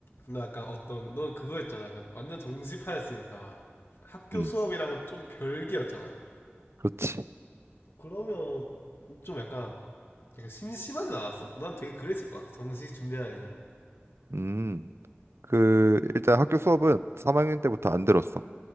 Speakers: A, on the left (about 65°); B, on the right (about 75°).
A: 나 약간 어떤 넌 그거였잖아. 약간 완전 정시파였으니까 학교
B: 음,
A: 수업이랑은 좀 별개였잖아.
B: 그렇지.
A: 그러면 좀 약간 약간 심심하진 않았어? 난 되게 그랬을 것 같아. 정시 준비하는 애들은.
B: 음, 그, 일단 학교 수업은 3학년 때부터 안 들었어.